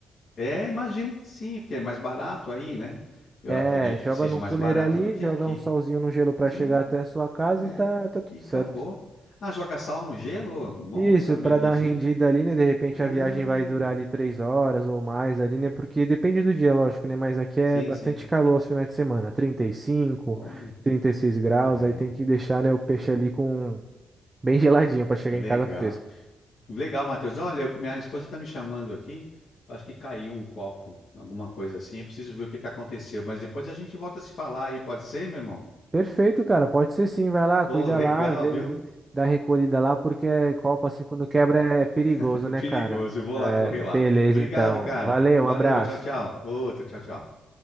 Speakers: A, on the left (about 60°); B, on the right (about 25°).
A: É, imagino que sim, porque é mais barato aí, né? Eu
B: É,
A: acredito
B: joga
A: que seja
B: no
A: mais
B: cooler
A: barato
B: ali,
A: do que
B: joga
A: aqui.
B: um salzinho no gelo para
A: Sim,
B: chegar até a sua casa
A: é.
B: e tá, tá tudo
A: E acabou.
B: certo.
A: Ah, joga sal no gelo? Bom
B: Isso,
A: saber
B: para
A: disso,
B: dar uma rendida
A: hein?
B: ali, né? De repente
A: Ah,
B: a viagem vai durar ali três horas ou mais ali, né? Porque depende do dia, lógico, né? Mas aqui é
A: sim,
B: bastante
A: sim.
B: calor aos finais de semana, trinta trinta e cinco,
A: Olha.
B: trinta e seis graus,
A: É,
B: aí tem que deixar, né, o peixe ali com bem <laughs> geladinho para chegar
A: legal.
B: em casa fresco.
A: Legal, Matheus. Olha, eu- minha esposa está me chamando aqui. Acho que caiu um copo, alguma coisa assim. Eu preciso ver o que que aconteceu. Mas depois a gente volta a se falar aí, pode ser, meu irmão?
B: Perfeito, cara. Pode ser sim. Vai lá,
A: Pô,
B: cuida
A: legal,
B: lá, vê,
A: viu?
B: vê, dá recolhida lá, porque copo assim quando quebra é perigoso,
A: <laughs> É
B: né,
A: perigoso,
B: cara?
A: eu vou
B: É,
A: lá correr lá.
B: beleza,
A: Obrigado,
B: então.
A: cara.
B: Valeu,
A: Valeu,
B: um abraço.
A: tchau, tchau. Outro, tchau, tchau.